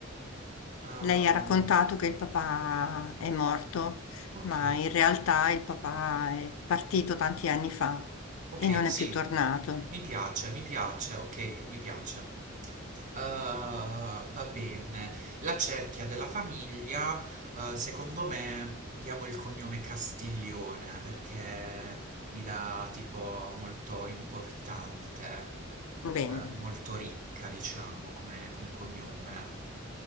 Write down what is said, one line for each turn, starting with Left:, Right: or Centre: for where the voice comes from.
Right: ehm,
Left: Lei ha raccontato che il papà è morto,
Right: ok,
Left: ma in realtà il papà è partito tanti anni fa
Right: ok,
Left: e non è
Right: sì,
Left: più tornato.
Right: mi piace, mi piace, ok, mi piace. Ah, va bene. La cerchia della famiglia, eh, secondo me, diamo il cognome Castiglione perché mi dà tipo molto importante.
Left: Bene,
Right: eh, molto ricca, diciamo, come, come cognome.